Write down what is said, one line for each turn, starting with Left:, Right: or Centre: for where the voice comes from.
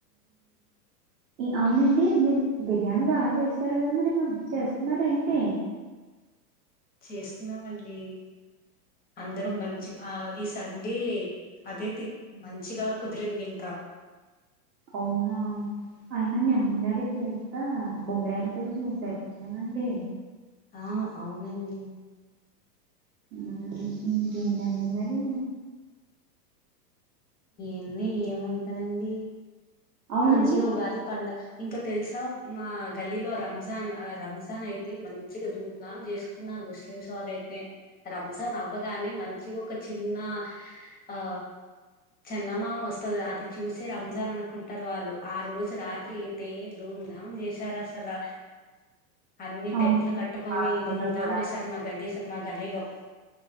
Right: అవునండి మీరు బిర్యానీ బాగా చేస్తారు కదా మరి మాకు చేస్తున్నారా ఏంటి
Left: చేస్ నవ్వండి అందరూ మంచిగా ఆ ఈ సండే అదే తీ మంచిగా కుదిరింది ఇంకా
Right: అవునా అయినా మీ అమ్మమ్మగారి చేత్తో బొమ్మడాయిల పులుసు మిస్ అయిపోతున్నానండి
Left: ఆ అవునండి
Right: ఆ ఇంకెటండి మరి
Left: ఎందో ఏము తండి
Right: అవునండి
Left: మంచిగా ఉగాది పండగ ఇంకా తెలుసావు మా గల్లీలో రంజాన్ ఆ ఇంకా ఇంకా తెలుసా మా గల్లీలో రంజాన్ ఆ రంజాన్ అయితే మంచిగా ధూంధాం చేసుకున్నారు ముస్లిమ్స్ వాళ్ళయితే రంజాన్ అవ్వగాని మంచిగా ఒక చిన్న ఆ చందమామ వస్తది అది చూసి రంజాన్ అనుకుంటారు వాళ్ళు ఆ రోజు రాత్రి అయితే ధూంధాం చేసారు అసలు అన్ని
Right: అవును
Left: టెంట్లు కట్టుకొని
Right: మాగదిలో
Left: ధూంధాం
Right: కూడా
Left: చేసారు మా గల్లీీస్ మా గల్లీలో